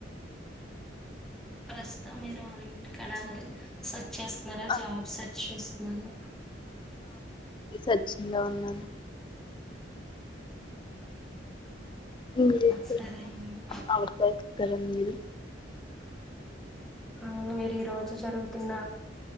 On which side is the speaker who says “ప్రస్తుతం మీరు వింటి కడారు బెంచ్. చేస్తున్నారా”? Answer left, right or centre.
Centre